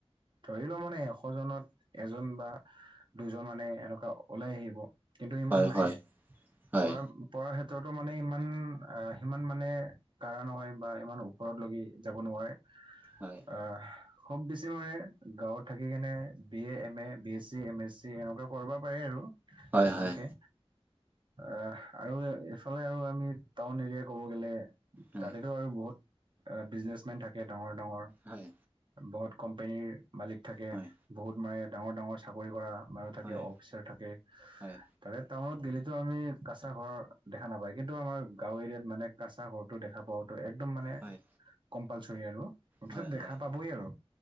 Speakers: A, on the right; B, on the right.
A: ধৰি ল মানে এশ জনত এজন বা দুজন মানে এনেকুৱা ওলাই আহিব, কিন্তু ইমান
B: হয়
A: নাহে,
B: হয় হয়
A: পৰা পঢ়াৰ ক্ষেত্ৰতো মানে ইমান সিমান মানে কাৰা নহয় বা ইমান ওপৰত লৈগে যাব নোৱাৰে।
B: হয়
A: অহ খুব বেছি মানে গাঁৱত থাকি কেনে B A, M A, B S C, M S C এনেকুৱা কৰিব কৰে আৰু
B: হয়
A: কিবাকে
B: হয়
A: অ আৰু এইফালে আৰু আমি টাউন এৰিয়া ক'ব গেলে
B: হয়
A: তাতেতো আৰু বহুত বিজনেছমেন থাকে ডাঙৰ ডাঙৰ
B: হয়
A: বহুত কোম্পেনীৰ মালিক থাকে,
B: হয়
A: বহুত মানে ডাঙৰ-ডাঙৰ চাকৰি কৰা মানুহ থাকে।
B: হয়
A: অ ফিচাৰ থাকে
B: হয়
A: তাৰে টাউনত গেলেটো আমি কাচা ঘৰ দেখা নাপায়, কিন্তু আমাৰ গাঁও এৰিয়াত মানে কাচা ঘৰটো দেখা পোৱাটো একদম মানে
B: হয়
A: কম্পালচৰি আৰু, মুঠতে
B: হয়
A: দেখা
B: হয়
A: পাবই আৰু